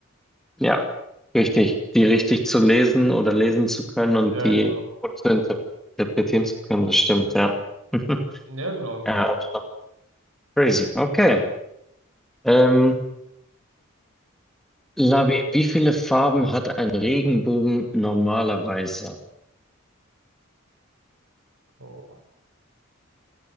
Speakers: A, in the centre; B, on the right (about 75°).
A: Ja, richtig. Die richtig zu lesen oder lesen zu können und
B: Ja,
A: die
B: genau.
A: gut zu inter- interpretieren zu können, das stimmt, ja. <laughs>
B: Ja, genau.
A: Ja, schon crazy. Okay. Ähm, Labi, wie viele Farben hat ein Regenbogen normalerweise?
B: Oh.